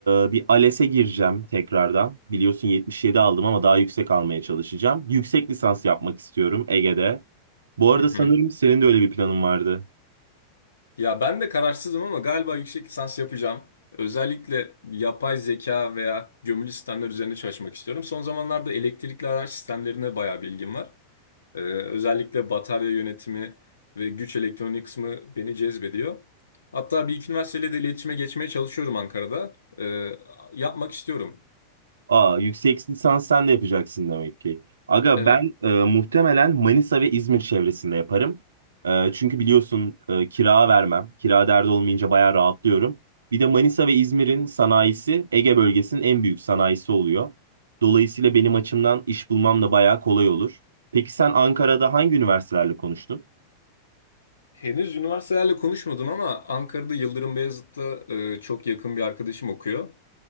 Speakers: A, on the right (about 70°); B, on the left (about 70°).
A: e, bir ALES'e gireceğim tekrardan. Biliyorsun 77 aldım ama daha yüksek almaya çalışacağım. Yüksek lisans yapmak istiyorum Ege'de. Bu arada
B: Hı hı.
A: sanırım senin de öyle bir planın vardı.
B: Ya ben de kararsızım ama galiba yüksek lisans yapacağım. Özellikle yapay zeka veya gömülü sistemler üzerine çalışmak istiyorum. Son zamanlarda elektrikli araç sistemlerine bayağı bilgim var. Ee, özellikle batarya yönetimi ve güç elektronik kısmı beni cezbediyor. Hatta bir iki üniversiteyle de iletişime geçmeye çalışıyorum Ankara'da. Ee, yapmak istiyorum.
A: Aa, yüksek lisans sen de yapacaksın demek ki. Aga
B: Evet.
A: ben e, muhtemelen Manisa ve İzmir çevresinde yaparım. E, çünkü biliyorsun e, kira vermem. Kira derdi olmayınca bayağı rahatlıyorum. Bir de Manisa ve İzmir'in sanayisi Ege bölgesinin en büyük sanayisi oluyor. Dolayısıyla benim açımdan iş bulmam da bayağı kolay olur. Peki sen Ankara'da hangi üniversitelerle konuştun?
B: Henüz üniversitelerle konuşmadım ama Ankara'da Yıldırım Beyazıt'ta e, çok yakın bir arkadaşım okuyor.